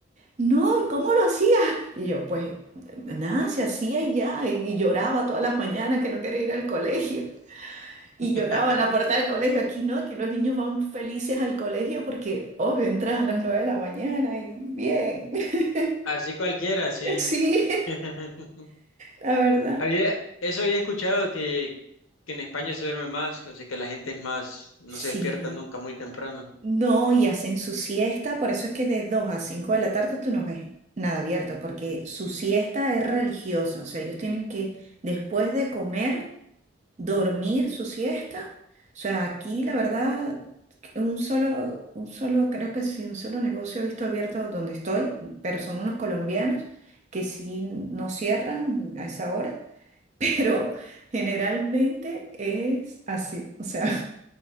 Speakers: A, on the right; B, on the left.
A: No, ¿y cómo lo hacías? Y yo, pues nada, se hacía y ya, y, y lloraba todas las mañanas que no quería ir al colegio. Y
B: <laughs>
A: lloraba en la puerta del colegio. Aquí no, aquí los niños van felices al colegio porque, obvio, entran a las 9 de la mañana y bien. <laughs>
B: Así cualquiera, sí.
A: Sí,
B: <laughs>
A: <laughs> la verdad.
B: Había, eso había escuchado que, que en España se duerme más, o sea que la gente es más, no
A: Sí.
B: se despierta nunca muy temprano.
A: No, y hacen su siesta, por eso es que de 2 a 5 de la tarde tú no ves nada abierto, porque su siesta es religiosa, o sea, ellos tienen que, después de comer, dormir su siesta. O sea, aquí la verdad, que un solo, un solo, creo que sí, un solo negocio he visto abierto donde estoy, pero son unos colombianos que sí no cierran a esa hora, <laughs> pero generalmente es así, o sea.